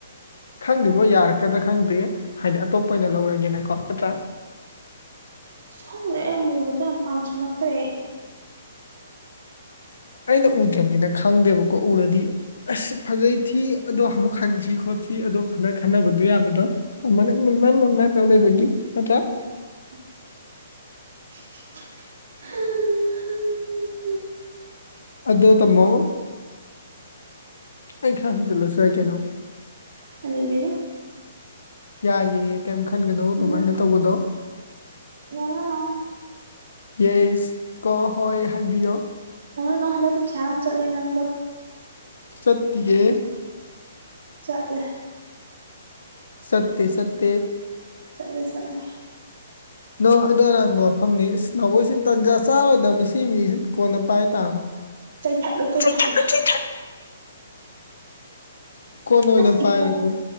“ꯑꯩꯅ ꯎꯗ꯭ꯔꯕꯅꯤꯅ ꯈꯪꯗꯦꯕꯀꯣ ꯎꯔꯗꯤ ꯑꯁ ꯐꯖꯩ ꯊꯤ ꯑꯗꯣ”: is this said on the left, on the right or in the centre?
Left